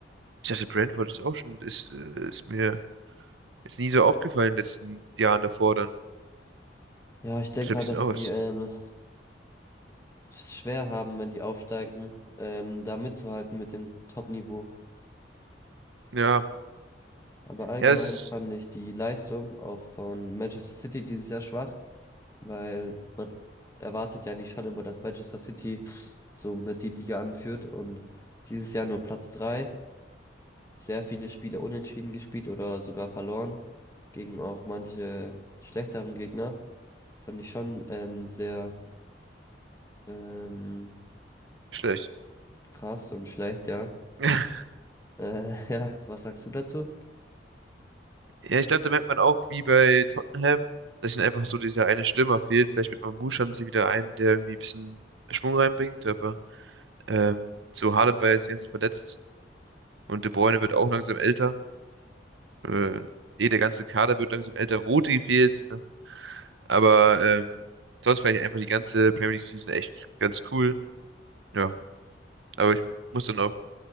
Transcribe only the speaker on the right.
Ich dachte, Brentford ist auch schon, ist, äh, ist mir jetzt nie so aufgefallen in den letzten Jahren davor dann.
Ich glaube,
die sind
auch
was.
Ja,
ja, es ist
schlecht.
<laughs>
Ja, ich glaube, da merkt man auch, wie bei Tottenham, dass ihnen einfach so dieser eine Stürmer fehlt. Vielleicht mit Mamouche haben sie wieder einen, der irgendwie ein bisschen Schwung reinbringt, aber ähm, so Haaland war ja jetzt die ganze Zeit verletzt und De Bruyne wird auch langsam älter. Äh, eh, der ganze Kader wird langsam älter. Rodri fehlt, ne? Aber ähm, sonst fand ich einfach die ganze Premier League Season echt ganz cool. Ja, aber ich muss dann auch.